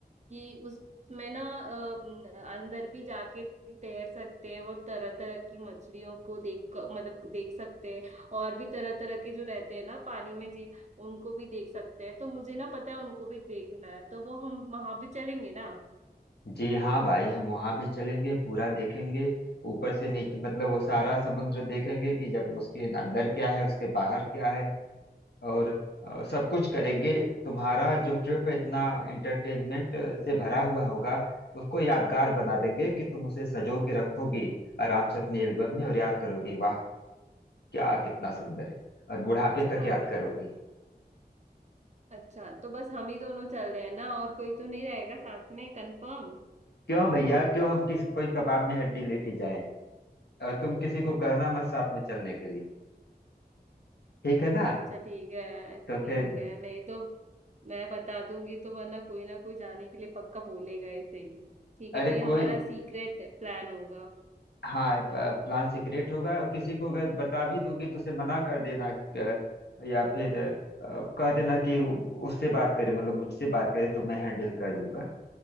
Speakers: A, on the right; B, on the left.
A: कि उसमें ना अ, न- अंदर भी जाके तैर सकते हैं वो तरह तरह की मछलियों को देख क- मतलब देख सकते हैं और भी तरह तरह के जो रहते हैं ना पानी में जीव उनको भी देख सकते हैं तो मुझे ना पता है उनको भी देखना है तो वो हम वहां भी चलेंगे ना
B: जी हाँ भाई हम वहाँ भी चलेंगे पूरा देखेंगे ऊपर से नीचे मतलब वो सारा समुद्र देखेंगे कि जब उसके अंदर क्या है उसके बाहर क्या है और अ, सब कुछ करेंगे तुम्हारा जो ट्रिप है इतना एंटरटेनमेंट से भरा हुआ होगा उसको यादगार बना देंगे कि तुम उसे सजो के रखोगी आराम से अपने एल्बम में और याद करोगी वाह क्या कितना सुंदर है और बुढ़ापे
A: अच्छा
B: तक याद करोगी
A: अच्छा तो बस हम ही दोनों चल रहे हैं ना और कोई तो नहीं रहेगा साथ में कंफर्म
B: क्यों भैया क्यों हम किसी कोई कबाब में हड्डी लेके जाएं और तुम किसी को कहना मत साथ में चलने के लिए ठीक है ना
A: अच्छा ठीक है
B: तो
A: ठीक
B: फिर
A: है नहीं तो मैं बता दूंगी तो वरना कोई ना कोई जाने के लिए पक्का बोलेगा ऐसे ही ठीक
B: अरे
A: है तो ये हमारा
B: कोई
A: सीक्रेट प्लान होगा
B: हाँ प- प्लान सीक्रेट होगा और किसी को अगर बता भी दोगी तो उसे मना कर देना क- या फिर अ, कह देना कि उ- उससे बात करे मतलब मुझसे बात करे तो मैं हैंडल कर लूंगा